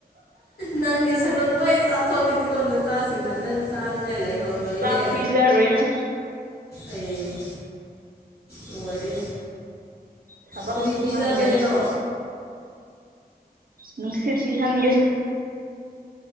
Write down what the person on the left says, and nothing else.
ꯅꯪꯗꯤ ꯁꯔꯨꯛ ꯂꯣꯏ ꯆꯥꯊꯣꯛꯀꯅꯤꯀꯣ ꯅꯆꯥꯁꯤꯡꯅ ꯅꯪ ꯆꯥꯅꯤꯡꯉꯥꯏ ꯂꯩ ꯍꯧꯔꯣꯏꯍꯦ
ꯑꯩ ꯂꯣꯏꯔꯦ
ꯀꯔꯤ
ꯄꯤꯖꯗꯣꯏꯔꯣ